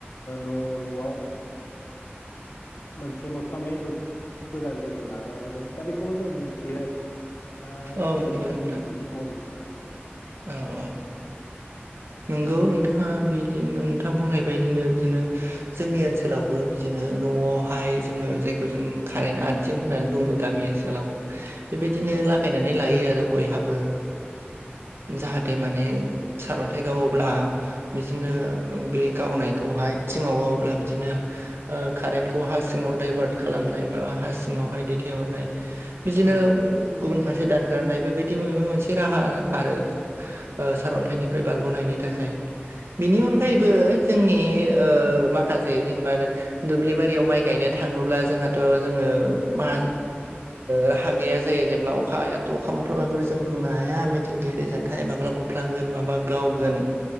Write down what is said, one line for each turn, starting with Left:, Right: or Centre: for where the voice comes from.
Left: न' न'आव मोनसे मोफ्लामनाया गोजान जायगायाव नागारहरो दा बेखौबो जों मिथियो आरो दा
Right: औ नंगौ
Left: बेखौनो
Right: नोंथां
Left: जों बिदि नथि महरै हमनांसिगोन
Right: औ औ नोंगौ नोंथांङा बिदि नोंथांङा बुंनाय बायदिनो बिदिनो जोंनि ओनसोलावबो बिदिनो न'आवहाय जोंङो जायखौ जों कारेन्ट आरथिं होननानै बुंङो गामि ओनसोलाव
Left: <inaudible>
Right: बेबायदिनो
Left: औ
Right: लागायनानै लायो आरो बयहाबो जाहाथे माने सारअन्थाइ गावोब्ला बिदिनो बे गावनायखौहाय थिंङाव गावोब्ला बिदिनो कारेन्टखौ हा सिङाव दाइभार्ट खालामनाय बा हा सिङावहाय दैथायहरनाय बिदिनो
Left: औ
Right: गुबुन फारसे दानगारनाय बेबायदि माबा मोनसे राहा आरो सारन्थाइनिफ्राय बारगनायनि थाखाय बिनि अनगायैबो जोंनि माखासे जेनेबा आरो दुब्लि बारियाव माइ गायनो थांङोब्ला जोंहाथ जोंङो मा राहा गैया जायो जेनेब्ला अख हायाथ अखा मफ्लाा गि जों बुंनो हाया। मिथिंगायारि जाहा थाय माब्ला बुफ्लांगोन माबा गावगोन
Left: औ